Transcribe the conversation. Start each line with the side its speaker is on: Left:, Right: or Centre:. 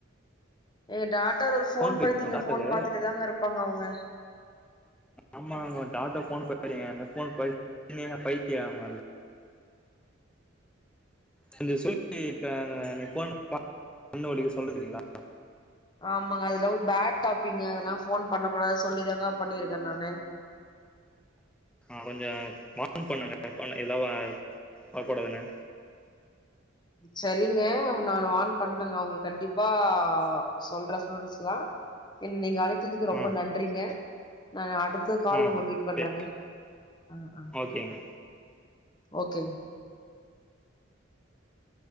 Left: எங்க டாட்டர் ஒரு ஃபோன்
Centre: போயிடுச்சு
Left: பைத்தியங்க
Centre: டாக்டரு
Left: ஃபோன் பாத்துட்டே தாங்க இருப்பாங்க அவுங்க
Centre: ஆமாங்க
Left: பண்ணக்கூடாது
Centre: டாட்ட ஃபோன் பைத்தியங்க அந்த ஃபோன் பைத் பைத்திய அவுங்கள் கொஞ்ச சொல்லி க அந்த ஃபோன பாத்த கண்ணு வலி சொல்றது இல்லீங்ளா
Left: ஆமாங்க அதெல்லா ஒரு பேட் டாப்பிங்க அதெல்லா ஃபோன் பண்ண கூடாது சொல்லிதாங்க பண்ணிருக்க நானு
Centre: ஆ கொஞ்ச வான் பண்ணுங்க பண்ண இதெல்லா பாக்க கூடாதுனு
Left: சரிங்க நானு வான் பண்றங்க அவங்களுக் கண்டிப்பா சொல்ற ஸ்டூடன்ஸ்லா என்ன நீங்க அழைத்ததுக்கு ரொம்ப
Centre: ஆ
Left: நன்றிங்க நா அடுத் த கால்ல
Centre: ஆ
Left: உங்கள மீட் பண்றங்க
Centre: சரி
Left: ஆ ஆ
Centre: ஓகேங்க
Left: ஓகேங்க